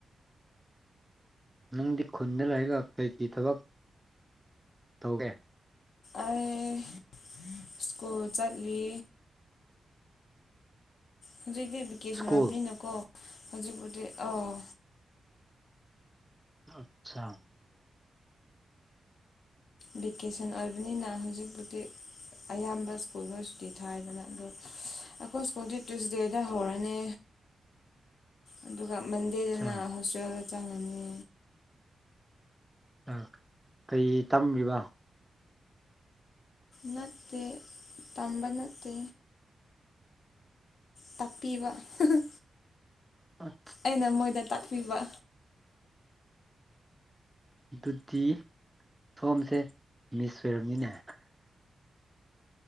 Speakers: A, in the centre; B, on the left.
A: ꯅꯪꯗꯤ ꯈꯨꯟꯗ ꯂꯩꯔꯒ ꯀꯩ ꯀꯤ ꯊꯕꯛ ꯇꯧꯒꯦ꯫
B: ꯑꯩ ꯁ꯭ꯀꯨꯜ ꯆꯠꯂꯤ꯫ ꯍꯧꯖꯤꯛꯇꯤ ꯚꯤꯀꯦꯁꯟ
A: ꯁ꯭ꯀꯨꯜ
B: ꯑꯣꯏꯕꯅꯤꯅꯀꯣ ꯍꯧꯖꯤꯛꯄꯨꯗꯤ ꯑꯧ꯫
A: ꯑꯠꯁꯥ
B: ꯚꯦꯀꯦꯁꯟ ꯑꯣꯏꯕꯅꯤꯅ ꯍꯧꯖꯤꯛꯄꯨꯗꯤ꯫ ꯑꯌꯥꯝꯕ ꯁ꯭ꯀꯨꯜ ꯂꯣꯏ ꯁꯨꯇꯤ ꯊꯥꯏꯗꯅ ꯑꯗꯣ ꯑꯩꯈꯣꯏ ꯁ꯭ꯀꯨꯜꯗꯤ ꯇꯨꯏꯁꯗꯦꯗ ꯍꯧꯔꯅꯤ꯫ ꯑꯗꯨꯒ ꯃꯟꯗꯦꯗꯅ
A: ꯑꯠꯆꯥ
B: ꯍꯣꯁꯇꯦꯜꯗ ꯆꯪꯉꯅꯤ꯫
A: ꯑꯥ ꯀꯩ ꯇꯝꯔꯤꯕ꯫
B: ꯅꯠꯇꯦ ꯇꯝꯕ ꯅꯠꯇꯦ꯫ ꯇꯥꯛꯄꯤꯕ ꯍꯥꯍꯥ
A: ꯑꯣꯏ
B: ꯑꯩꯅ ꯃꯣꯏꯗ ꯇꯥꯛꯄꯤꯕ꯫
A: ꯑꯗꯨꯗꯤ ꯁꯣꯝꯁꯦ ꯃꯤꯁ ꯑꯣꯏꯔꯝꯅꯤꯅꯦ